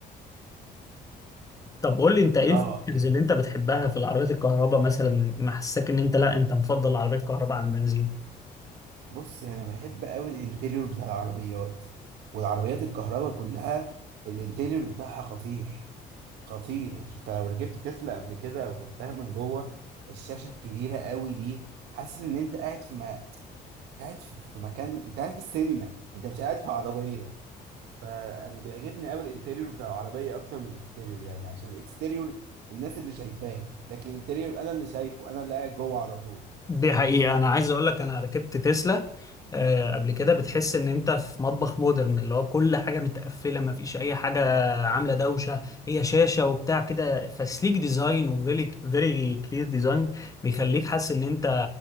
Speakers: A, on the left; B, on the right.
A: طب قول لي انت ايه
B: اه
A: الفيتشرز
B: يعني
A: اللي انت بتحبها في العربيات الكهرباء مثلا محسسك ان انت لا انت مفضل العربيات الكهرباء عن بنزين
B: بص انا بحب قوي الانتيريور بتاع العربيات والعربيات الكهرباء كلها الانتيريور بتاعها خطير خطير انت لو ركبت تسلا قبل كده وشفتها من جوه الشاشه الكبيره قوي دي حاسس ان انت قاعد في ما قاعد في في مكان انت قاعد في السينما انت مش قاعد في عربيه فانا بيعجبني قوي الانتريور بتاع العربيه اكتر من الاكستيريور يعني عشان الاكستيريور الناس اللي شايفاه لكن الانتريور انا اللي شايفه انا اللي قاعد جوه على طول
A: دي حقيقة أنا عايز أقول لك أنا ركبت تسلا آه، قبل كده بتحس إن أنت في مطبخ مودرن اللي هو كل حاجة متقفلة مفيش أي حاجة عاملة دوشة هي شاشة وبتاع كده فسليك ديزاين وفيري فيري كلير ديزاين بيخليك حاسس إن أنت